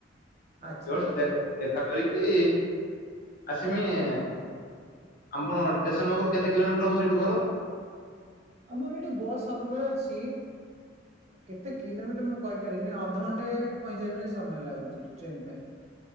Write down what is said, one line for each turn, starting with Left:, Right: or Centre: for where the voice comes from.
Right: ଆଚ୍ଛା
Left: ଜଷ୍ଟ ଦେଖା ଦେଖା କରିକି ଆସମିଏ। ଆମ ଟେସନ ପାଖରୁ କେତେ କିଲୋମିଟର ହବ ସେଇଠୁ ଘର?
Right: ଆମର ଏଠି ବସ୍ ସବୁବେଳେ ଅଛି
Left: ଅଡିଓ ଶୁଭୁନି,
Right: କେତେ କିଲୋମିଟର ମୁଁ କହିପାରିମିନି ଅଧଘଣ୍ଟେ ପଇଁଚାଳିଶ ମିନିଟ ସମୟ ଲାଗୁଛି ଟ୍ରେନ ପାଇଁ।